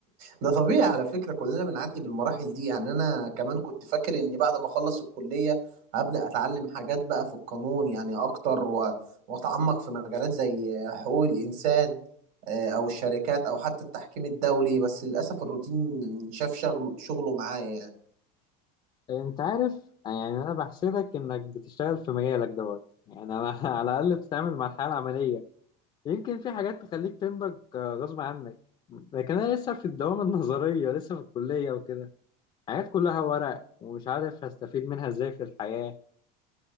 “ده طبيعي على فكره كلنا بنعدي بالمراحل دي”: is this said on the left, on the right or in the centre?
Right